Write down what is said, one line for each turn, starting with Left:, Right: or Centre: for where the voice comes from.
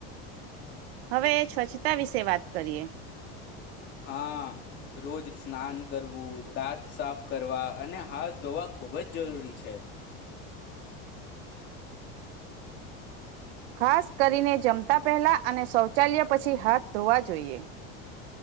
Right: હવે સ્વચ્છતા વિશે વાત કરીએ
Left: હા રોજ સ્નાન કરવું દાંત સાફ કરવા અને હાથ ધોવા ખૂબ જ જરૂરી છે.
Right: ખાસ કરીને જમતા પહેલાં અને શૌચાલય પછી હાથ ધોવા જોઈએ.